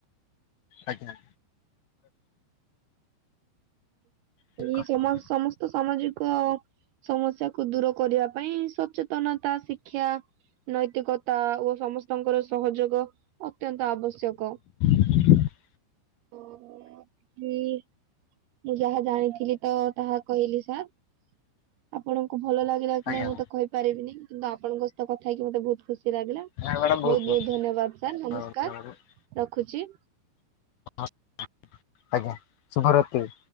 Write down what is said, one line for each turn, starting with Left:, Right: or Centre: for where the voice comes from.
Left: ଆଜ୍ଞା। ଠିକ
Right: ଏଇ
Left: କଥା।
Right: ସମାଜ ସମସ୍ତ ସାମାଜିକ। ସମସ୍ୟାକୁ ଦୂର କରିବା ପାଇଁ ସଚେତନତା ଶିକ୍ଷା। ନୈତିକତା ଓ ସମସ୍ତଙ୍କର ସହଯୋଗ ଅତ୍ୟନ୍ତ ଆବଶ୍ୟକ।
Left: <unintelligible>
Right: ହୁଁ ମୁଁ କି ଯାହା ଜାଣିଥିଲି ତ ତାହା କହିଲି ସାର୍। ଆପଣଙ୍କୁ ଭଲ ଲାଗିଲା କି
Left: ଆଜ୍ଞା
Right: ନାଇଁ ମୁଁ ତ କହିପାରିବିନି କିନ୍ତୁ ଆପଣଙ୍କ ସହ କଥାହେଇକି ମତେ ବୋହୁତ୍ ଖୁସି ଲାଗିଲା।
Left: ମ୍ୟାଡ଼ାମ ବହୁତ
Right: ବୋହୁତ୍ ବୋହୁତ୍ ଧନ୍ୟବାଦ ସାର୍ ନମସ୍କାର୍
Left: ବହୁତ
Right: ରଖୁଛି।
Left: ଆଜ୍ଞା ଶୁଭରାତ୍ରି।